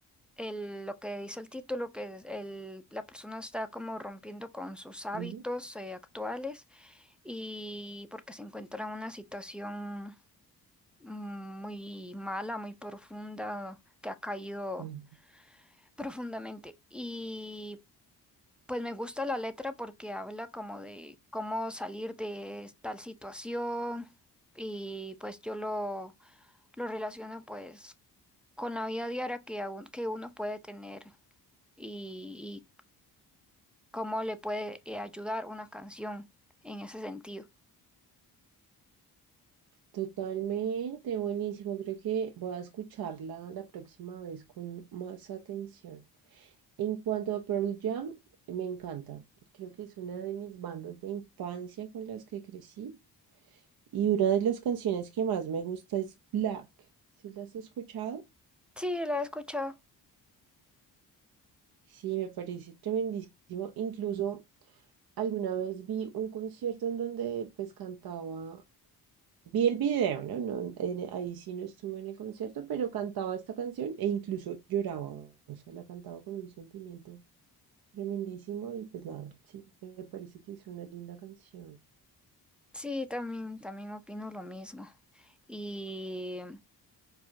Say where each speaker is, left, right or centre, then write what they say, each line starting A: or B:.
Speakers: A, in the centre; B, on the right.
A: el- lo que dice el título, que es el- la persona está como rompiendo con sus hábitos
B: Ujú,
A: eh, actuales y porque se encuentra en una situación mm, muy mala, muy profunda, que ha caído
B: ujú.
A: profundamente. Y pues me gusta la letra porque habla como de cómo salir de tal situación y pues yo lo, lo relaciono pues con la vida diaria que, a un- que uno puede tener y, y cómo le puede eh, ayudar una canción en ese sentido.
B: Totalmente, buenísimo. Creo que voy a escucharla la próxima vez con más atención. En cuanto a Pearl Jam, me encanta. Creo que es una de mis bandas de infancia con las que crecí. Y una de las canciones que más me gusta es Black. ¿Sí las has escuchado?
A: Sí, la he escuchado.
B: Sí, me parece tremendísimo. Incluso alguna vez vi un concierto en donde pues cantaba Vi el video, ¿no? No, en- eh, ahí sí no estuve en el concierto, pero cantaba esta canción e incluso lloraba. O sea, la cantaba con un sentimiento tremendísimo y pues nada, sí, me parece que es una linda canción.
A: Sí, también, también opino lo mismo. y